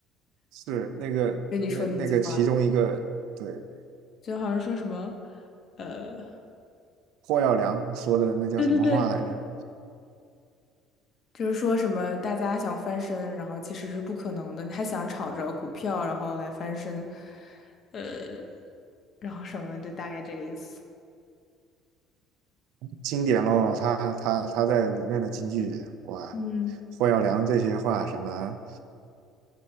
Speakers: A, on the right; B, on the left.
A: 是那个那那个其中一个对
B: <laughs> 跟你说那句话，就好像说什么，呃。
A: 霍耀良说的那叫什么话来着？
B: 对对对，就是说什么大家想翻身，然后其实是不可能的，你还想炒着股票然后来翻身，呃，然后什么就大概这个意思。
A: 经典喽，他他他在里面的金句，哇，
B: 嗯，
A: 霍耀良这些话什么，